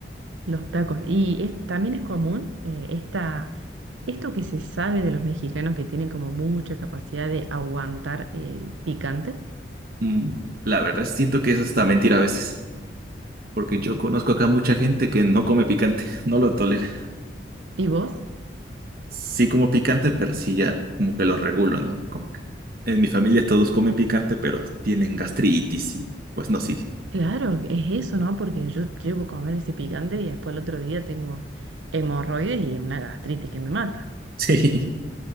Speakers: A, on the right; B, on the right.
A: Los tacos. Y es- también es común eh, esta, esto que se sabe de los mexicanos que tienen como mucha capacidad de aguantar el picante.
B: Mm, La verdad siento que eso está mentira a veces, porque yo conozco acá mucha gente que no come picante, <laughs> no lo tolera.
A: ¿Y vos?
B: Sí como picante, pero sí ya como que lo regulo, ¿no? Como que en mi familia todos comen picante, pero tienen gastritis y pues no, sí. <laughs>
A: Claro, es eso, ¿no? Porque yo llego a comer ese picante y después el otro día tengo hemorroides y una gastritis que me mata.
B: Sí.